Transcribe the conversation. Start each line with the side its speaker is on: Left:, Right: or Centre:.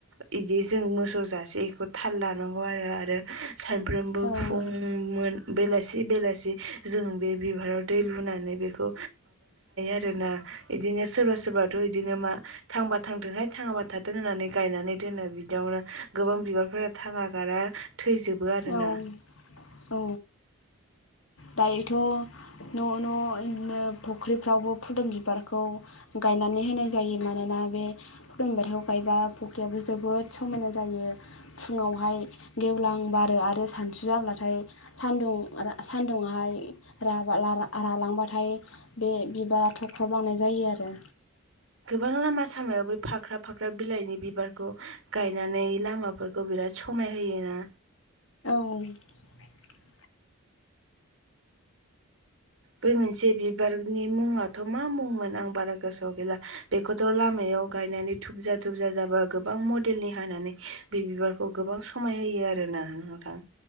Right: बिदि जों मोसौ जासे बेखौ थाल लानांगौ आरो आरो सानफ्रोमबो
Left: औ
Right: फुं मोन बेलासि बेलासि जों बे बिबाराव दै लुनानै बेखौ हायो आरोना बिदिनो सोरबा सोरबाथ' बिदिनो म थांबा थांदोंहाय थां होननानै गायनानै दोनो बिदियावनो गोबां बिबारफोरा थाङा गारा थैजोबो आरोना
Left: औ औ दायोथ' न' न'दिनो फुख्रिफ्रावबो फुदुं बिबारखौ गायनानै होनाय जायो मानोना बे फुदुंबथायाव गायबा फख्रियावबो जोबोद समायना जायो फुङावहाय गेवलांबा आरो सानसु जाब्लाथाय सदुं सान्दुंहाय रालांबाथाय हाथाय बे बिबारा थख्र' बानाय जायो आरो
Right: गोबां लामा सामायाव फाख्रा फाख्रा बिलाइनि बिबारखौ गायनानै लामाफोरखौ बिराद समाय होयोना
Left: औ
Right: बे मोनसे बिबारनि मुङाथ' मा मुंमोन आं बारा गोसोआव गैला बेखौथ' लामायाव याव गायनानै थुबजा थुबजा जाबा गोबां मडेलनि हानानै बे बिबारखौ गोबां समाय होयो आरो । आरोना ना नोंथां ।